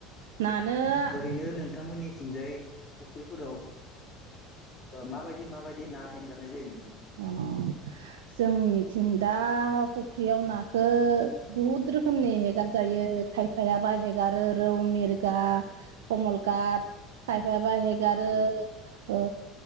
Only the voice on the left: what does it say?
ओरैनो नोंथांमोननिथिंजाय फुख्रिफोरा व माबायदि-माबायदि ना हेंगारनाय जायो नोंथां?
औ औ